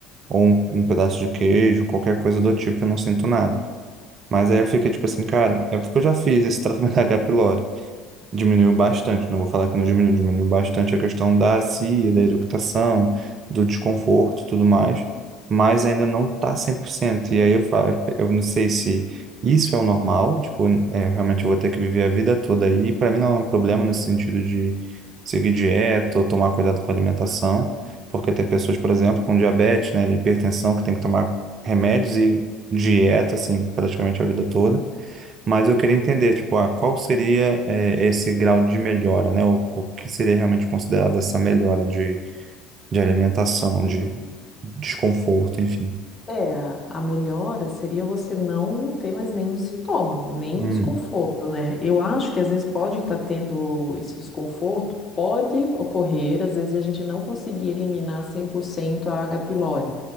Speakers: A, on the right; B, on the left.
A: ou um, um pedaço de queijo, qualquer coisa do tipo, eu não sinto nada. Mas aí eu fiquei tipo assim, cara, é porque eu já fiz esse tratamento <laughs> da H. pylori. Diminuiu bastante, não vou falar que não diminuiu, diminuiu bastante a questão da CIA, da eructação, do desconforto e tudo mais, mas ainda não está 100%. E aí eu falo, eu não sei se isso é o normal, tipo, é, realmente eu vou ter que viver a vida toda aí. Para mim não é um problema nesse sentido de seguir dieta ou tomar cuidado com a alimentação, porque tem pessoas, por exemplo, com diabetes, né, hipertensão, que tem que tomar remédios e dieta, assim, praticamente a vida toda. Mas eu queria entender, tipo, ah, qual seria eh, esse grau de melhora, né? O, o que seria realmente considerado essa melhora de, de alimentação, de desconforto, enfim.
B: É, a a melhora seria você não ter mais nenhum sintoma, nenhum
A: Hum,
B: desconforto, né? Eu acho que às vezes pode estar tendo esse desconforto, pode ocorrer, às vezes, de a gente não conseguir eliminar 100% a H. pylori.